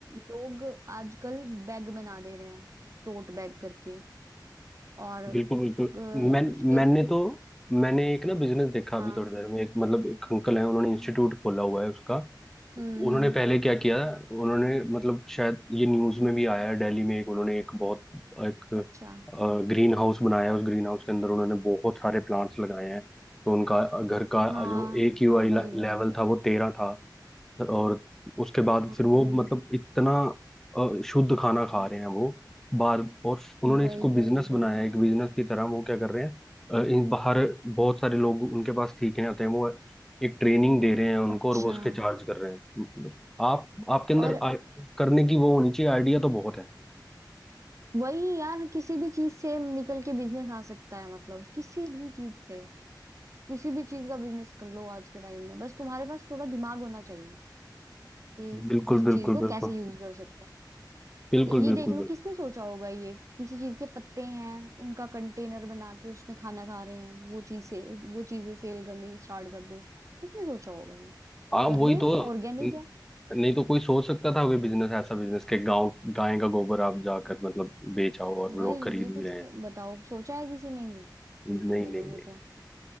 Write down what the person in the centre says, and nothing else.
बिल्कुल बिल्कुल
मैं
मैंने तो मैंने एक ना बिजनेस देखा अभी
थोड़ी देर में एक मतलब एक अंकल है उन्होंने इंस्टीट्यूट खोला हुआ है उसका
उन्होंने
पहले क्या किया उन्होंने मतलब शायद ये न्यूज में भी आया है दिल्ली में एक उन्होंने एक बहुत एक
ग्रीन हाउस बनाया है। उस ग्रीन हाउस के अंदर उन्होंने बहुत सारे प्लांट्स लगाए हैं तो उनका घर का
जो ए क्यू
आई
लेवल
था वो तेरह था और उसके बाद
फिर वो मतलब इतना अ, शुद्ध खाना खा रहे हैं वो बाहर और उन्होंने
इसको बिजनेस
बनाया
है एक बिजनेस की तरह वो क्या कर रहे हैं अ, इन बाहर बहुत सारे लोग उनके पास सीखने आते हैं वो एक ट्रेनिंग दे रहे हैं उनको
और वो उसके चार्ज कर रहे हैं मतलब आप आपके अंदर
आ, करने की वो होनी चाहिए आइडिया तो बहुत है
बिल्कुल
बिल्कुल
बिल्कुल
बिल्कुल
बिल्कुल
बिल्कुल
आप
वही
तो
न-
नहीं तो कोई सोच सकता था वे बिजनेस ऐसा बिजनेस के गांव गाय का गोबर आप जाकर मतलब बेचाओ और
लोग खरीद
भी रहे
हैं
नहीं
नहीं नहीं
नहीं।